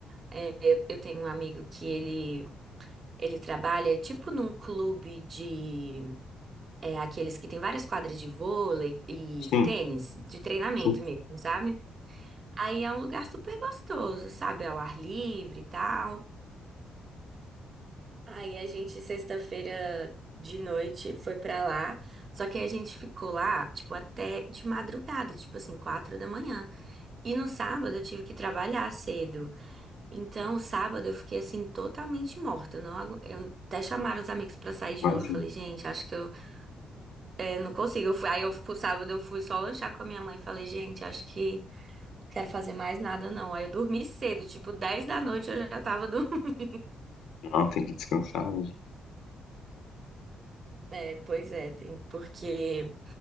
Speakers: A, on the right (about 35°); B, on the left (about 80°).
A: é, eu eu tenho um amigo que ele, ele trabalha tipo num clube de É aqueles que tem várias quadras de vôlei e
B: Sim,
A: tênis, de treinamento
B: sim,
A: mesmo, sabe? Aí é um lugar super gostoso, sabe? Ao ar livre e tal. Aí a gente, sexta-feira de noite, foi pra lá. Só que aí a gente ficou lá, tipo, até de madrugada, tipo assim, quatro da manhã. E no sábado eu tive que trabalhar cedo. Então, o sábado eu fiquei, assim, totalmente morta. Eu Não, agu- eu até chamaram os amigos pra sair de
B: imagina.
A: novo. Eu falei, gente, acho que eu Eu não consigo. Eu fui- aí eu fui, sábado eu fui só lanchar com a minha mãe. Falei, gente, acho que não quero fazer mais nada não. Aí eu dormi cedo, tipo dez da noite eu já tava dormindo. <laughs>
B: Não, tem que descansar mesmo.
A: É, pois é, tem, porque,